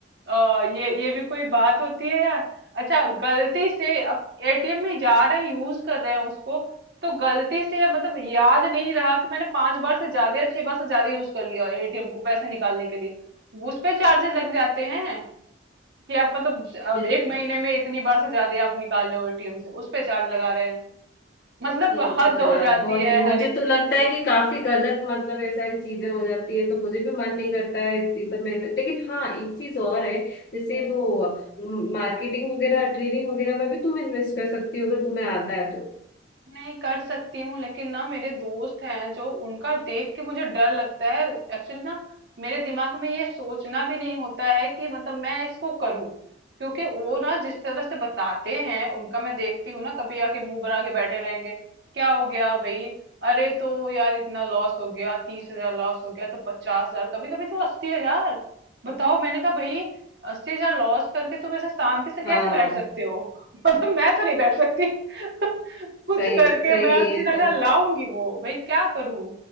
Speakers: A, on the right (about 60°); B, on the left (about 55°).
A: अ, ये ये भी कोई बात होती है यार अच्छा गलती से अब एटीएम में जा रहे हैं यूज कर रहे हैं उसको तो गलती से मतलब याद नहीं रहा कि मैंने पांच बार से ज्यादा या छह बार से ज्यादा यूज कर लिया एटीएम को पैसे निकालने के लिए उस पे चार्जेस लग जाते हैं कि आप मतलब ज-
B: बिल्कुल
A: अब एक महीने में इतनी बार से ज्यादा आप निकाल रहे हो एटीएम से उस पे चार्ज लगा रहे हैं मतलब
B: ये
A: हद
B: तो यार
A: हो जाती
B: बहुत
A: है
B: मुझे
A: हर एक
B: तो
A: चीज
B: लगता
A: की
B: है कि काफी गलत मतलब ये सारी चीजें हो जाती है तो मुझे भी मन नहीं करता है इस- इस सब में में- लेकिन हाँ एक चीज और है जैसे
A: हम्म।
B: वो मार्केटिंग वगैरह ट्रेडिंग वगैरह में भी तुम इन्वेस्ट कर सकती हो अगर तुम्हें आता है तो
A: नहीं कर सकती हूँ लेकिन ना मेरे दोस्त हैं जो उनका देख के मुझे डर लगता है एक्चुअली ना मेरे दिमाग में ये सोचना भी नहीं होता है कि मतलब मैं इसको करूँ क्योंकि वो ना जिस तरह से बताते हैं उनका मैं देखती हूँ ना कभी आके मुंह बना के बैठे रहेंगे क्या हो गया भाई अरे तो यार इतना लॉस हो गया तीस हजार लॉस हो गया तो पचास हजार कभी कभी तो अस्सी हजार बताओ मैंने कहा भाई अस्सी हजार लॉस करके तुम ऐसे शांति से कैसे
B: हाँ
A: बैठ सकते हो <laughs> मतलब मैं तो नहीं बैठ सकती <laughs> कुछ
B: सही
A: करके
B: सही
A: मैं
B: है
A: अस्सी
B: ये
A: हजार
B: तो
A: लाऊंगी वो भाई क्या करूं